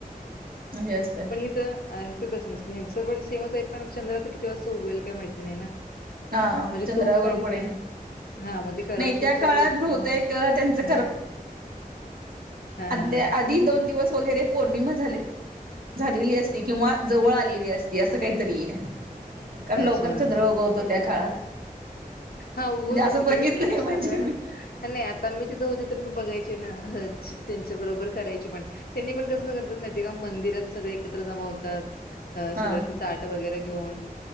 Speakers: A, on the right; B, on the left.
A: हे असतय.
B: हे तर अ हे तसं नसते ह्यांचा पण सेमच आहे पण चंद्रा तर किती वाजता उगवेल काही माहिती नाही ना.
A: हा
B: म्हणजे
A: चंद्रावर
B: तो पण
A: आहे
B: अ हा म ते करवाचौथच
A: नाही त्या
B: व्रत
A: काळात बहुतेक
B: पण आहे
A: त्यांचं
B: हा हा.
A: म्हणले आदी दोन दिवस वगैरे पौर्णिमा झाले. झालेली असती किंवा जवळ आलेली असती असं काहीतरी ये. कारण लवकर
B: अच्छा.
A: चंद्र उगवतो त्या काळात.
B: हा उगवतो
A: म्हणजे असं
B: की
A: बघितलंय
B: तरी पण साधारण
A: म्हणजे मी
B: हा नाही आता मी तिथं होते तर मी बघायचे ना त्यांच्या हा अच बरोबर करायची पण. त्यांनी पण कसं करतात माहिती आहे का मंदिरात सगळं एकत्र जमा होतात
A: हा
B: सगळं ताट वगैरे घेऊन